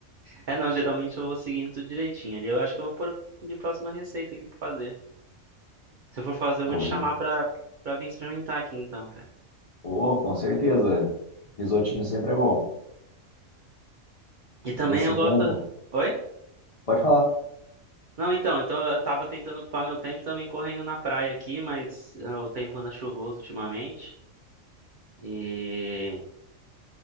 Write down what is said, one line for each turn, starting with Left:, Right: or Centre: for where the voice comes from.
Right: É, não. Geralmente eu vou seguindo tudo direitinho ali. Eu acho que eu vou pôr de próxima receita aqui pra fazer. Se eu for fazer, eu vou
Left: Ou-
Right: te chamar pra, pra vir experimentar aqui então, cara.
Left: ou, com certeza. Risotinho sempre é bom.
Right: E também
Left: E assim
Right: eu gosto.
Left: como.
Right: Oi?
Left: Pode falar.
Right: Não, então, então eu tava tentando ocupar meu tempo também correndo na praia aqui, mas ah, o tempo anda chuvoso ultimamente. E